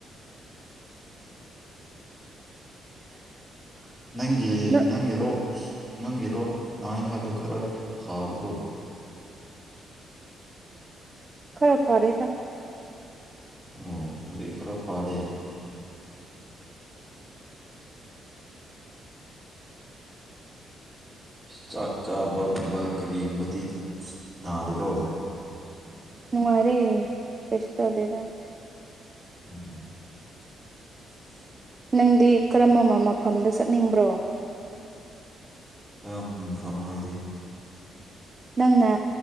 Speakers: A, in the centre; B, on the right.
A: <inaudible> ꯅꯪꯒꯤ
B: ꯅꯪ
A: ꯅꯪꯒꯤ ꯔꯣꯛꯁ ꯅꯪꯒꯤ ꯔꯣꯛꯁ ꯅꯥꯏ ꯍꯥꯏꯕꯗꯣ ꯈꯔ ꯐꯔꯕꯣ
B: ꯈꯔ ꯐꯥꯔꯦꯗ
A: ꯑꯣ ꯍꯧꯖꯤꯛ ꯈꯔ ꯐꯔꯦ ꯆꯥꯛ ꯆꯥꯕꯒꯨꯝꯕ ꯀꯔꯤꯒꯨꯝꯕꯗꯤ ꯅꯥꯗꯦꯀꯣ
B: ꯅꯨꯡꯉꯥꯏꯔꯦ ꯀꯩꯁꯨ ꯇꯧꯗꯦꯗ
A: <unintelligible>
B: ꯅꯪꯗꯤ ꯀꯔꯝꯕ ꯃꯐꯝꯗ ꯆꯠꯅꯤꯡꯕ꯭ꯔꯣ
A: ꯀꯔꯝꯕ ꯃꯥꯐꯝ ꯍꯥꯏꯗꯤ
B: ꯅꯪꯅ